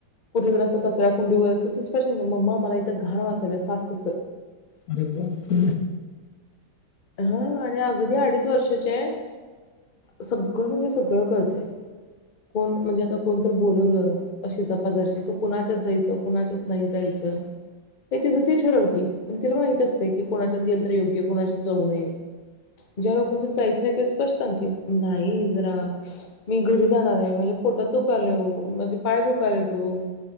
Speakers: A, on the left; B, on the left.
A: कुठे जरा असं कचरा कुड़ी वगैरे असेल तर ती स्पष्ट सांगते मम्मा मला इथं घाण वास आलाय फास्ट चल
B: अरे वा हं
A: हा आणि अगदी अडीच वर्षाचे आहे सगळं म्हज सगळं कळतंय कोण म्हणजे आता कोणततर बोलवलं शेजारपाजारशी कुणाच्यात जायच कुणाच्याच नाही जायचं ते तिज ती ठरवती म तिला माहित असतय की कोणाच्यात गेल तर योग्य कोणाच्यात जाऊ नये ज्या लोकांच्यात जायचं ते स्पष्ट सांगतील नाही ओ जरा मी घरी जाणारये माझ्या पोटात दुखाल ओ माझे पाय दुखले ओ